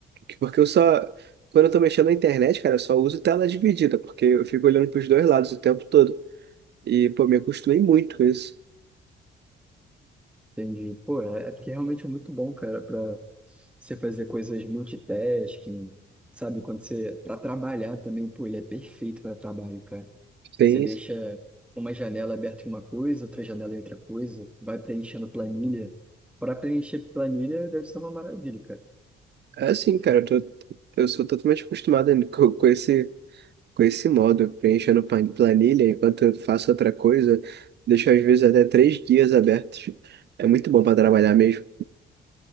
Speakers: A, on the right; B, in the centre.
A: que- porque eu só... Quando eu tô mexendo na internet, cara, eu só uso tela dividida, porque eu fico olhando pros dois lados o tempo todo. E, pô, me acostumei muito com isso.
B: Entendi. Pô, é, é porque realmente é muito bom, cara, pra você fazer coisas multitasking, sabe? Quando você. Pra trabalhar também, pô, ele é perfeito pra trabalho, cara.
A: Tem...
B: Você deixa uma janela aberta em uma coisa, outra janela em outra coisa, vai preenchendo planilha. Pra preencher planilha deve ser uma maravilha, cara.
A: É assim, cara, eu, tô- eu sou totalmente acostumado ainda co- com, esse, com esse modo, preenchendo pan- planilha enquanto eu faço outra coisa, deixo às vezes até três guias abertos. É muito bom para trabalhar mesmo.